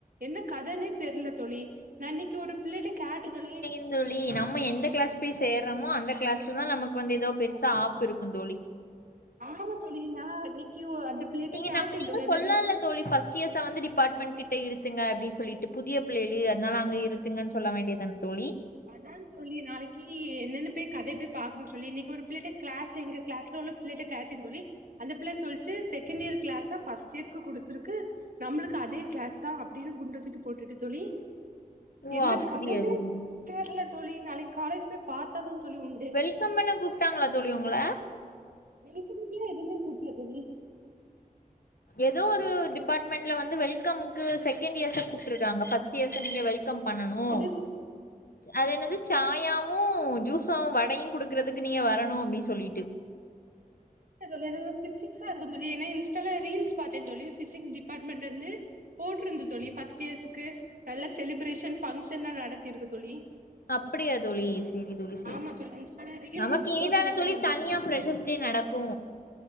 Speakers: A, on the right; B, on the left.
A: என்ன கதனே தெர்ல தோழி நா இன்னிக்கு ஒரு பிள்ளைட்ட கேட்ட சொல்லே
B: ந்தோழி நம்ம எந்த கிளாஸ் போய் சேர்றோமோ அந்த கிளாஸ்ல தா நமக்கு வந்து ஏதோ பெருசா ஆப்பு இருக்கு தோழி
A: ஆமா தோழி நா இன்னிக்கு ஒ அந்த பிள்ளைட்ட
B: நீங்க
A: கேட்ட
B: நம்ம நீங்க
A: தோழி அந்த
B: சொல்லலால்ல
A: பிள்ள
B: தோழி ஃபர்ஸ்ட் இயர்ஸ வந்து டிபார்ட்மெண்ட் கிட்ட இருத்துங்க அப்டினு சொல்லிட்டு புதிய புள்ளைகளுக்கு அதுனால அங்க இரு துங்கனு சொல்ல வேண்டியது தான தோழி
A: அதா தோழி நாளைக்கி என்னனு போயி கதைய போய் பாக்குணு தோழி இன்னிக்கி ஒரு பிள்ளைட்ட கிளாஸ்ல எங்க கிளாஸ்ல உள்ள பிள்ளைட்ட கேட்ட தோழி அந்த பிள்ளை சொல்ச்சு செகண்ட் இயர் கிளாஸ ஃபர்ஸ்ட் இயர்கு குடுத்துருக்கு நம்புளுக்கு அதே கிளாஸ் தா அப்டினு குண்ட‌ தூக்கி போட்டுட்டு தோழி
B: ஓ
A: என்ன
B: அப்டியா
A: கதனே
B: தோழி
A: தெர்ல தோழி நாளைக்கு காலேஜ் போய் பாத்தா தா தோழி உண்டு
B: வெல்கம் பண்ண கூப்ட்டாங்களா தோழி உங்கள
A: வெல்கம்குலா எதுமே கூப்புடுல தோழி
B: ஏதோ ஒரு டிபார்ட்மெண்ட்ல வந்து வெல் கமுக்கு செகண்ட் இயர்ஸ கூப்டுருக்காங்க ஃபர்ஸ்ட் இயர்ஸ நீங்க வெல்கம் பன்னனு
A: அது
B: அது என்னது சாயாவு ஜூஸு வடயு குடுக்கறதுக்கு நீங்க வரணு அப்டின்னு சொல்லிட்டு
A: <unintelligible> பிசிக்ஸா இருக்கு தோழி ஏனா இன்ஸ்டால ரீல்ஸ் பாத்தேந்தோழி ஃபிஷிக்ஸ் டிபார்ட்மெண்ட்டருந்து போட்டுருந்து தோழி ஃபஸ் ட் இயர்ஸ்க்கு நல்ல செலிப்ரேஷன் பங்க்ஷன்லா நடத்திருக்கு தோழி
B: அப்டியா தோழி செரி தோழி செரி
A: ஆமா
B: தோழி
A: இன்ஸ்டால ரீல்ஸ்
B: நமக்கு
A: ஸ்க்ரோல்
B: இனிதான
A: பண்ணும்போது
B: தோழி
A: வந்துச்சு
B: தனியா ஃப்ரெஷ்ஸஷ் டே நடக்கு